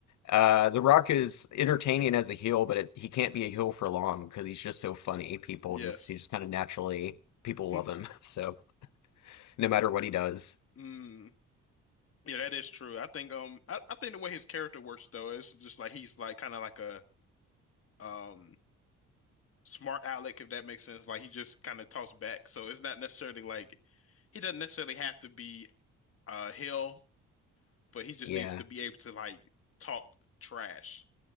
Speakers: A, on the left; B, on the left.
A: uh, The Rock is entertaining as a heel, but it, he can't be a heel for long because he's just so funny. People
B: Yes.
A: just he just kind of naturally people
B: <laughs>
A: love him. <laughs> So no matter what he does,
B: Mm. Yeah, that is true. I think um I, I think the way his character works though is just like he's like kind of like a um smart aleck if that makes sense. Like he just kind of talks back. So it's not necessarily like he doesn't necessarily have to be uh Hill, but he just
A: yeah.
B: needs to be able to like talk trash,